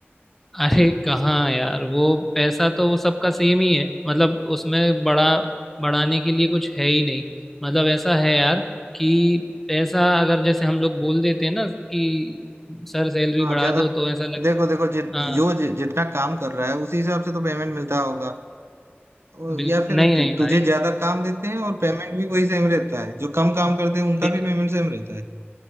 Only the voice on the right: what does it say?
हाँ
ज्यादा
देखो देखो जि,
जो जि, जितना काम कर रहा है उसी हिसाब से तो पेमेंट मिलता होगा और
या फिर
तु,
तुझे
ज्यादा काम देते हैं और पेमेंट भी वही सेम रहता है जो कम काम करते हैं उनका
भी पेमेंट सेम रहता है